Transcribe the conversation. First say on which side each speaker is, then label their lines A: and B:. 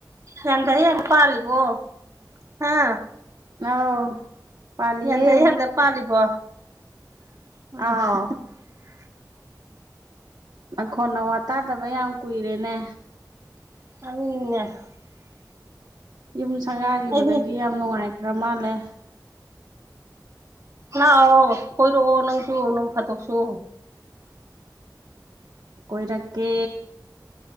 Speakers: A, on the right; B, on the right.
A: ꯌꯥꯟꯗ ꯌꯥꯟ ꯄꯥꯜꯂꯤꯕꯣ ꯍꯥꯥ
B: ꯑꯧ ꯄꯥꯜꯂꯤꯌꯦ
A: ꯌꯥꯟꯗ ꯌꯥꯟꯗ ꯄꯥꯜꯂꯤꯕꯣ <unintelligible>
B: ꯑꯥꯎ ꯅꯈꯣꯟ ꯅꯋꯥ ꯇꯗꯕ ꯌꯥꯝ ꯀꯨꯏꯔꯦꯅꯦ
A: <unintelligible>
B: ꯌꯨꯝ ꯁꯪꯒꯥꯈꯤꯕꯗꯒꯤ
A: ꯑꯩꯗꯤ
B: ꯌꯥꯝ ꯅꯨꯡꯉꯥꯏꯈ꯭ꯔ ꯃꯥꯜꯂꯦ
A: ꯑꯥ ꯑꯥꯎ ꯀꯣꯏꯔꯛꯑꯣ ꯅꯪꯁꯨ ꯅꫭꯡ ꯐꯥꯗꫭꯛꯁꯨ
B: ꯀꯣꯏꯔꯀꯦ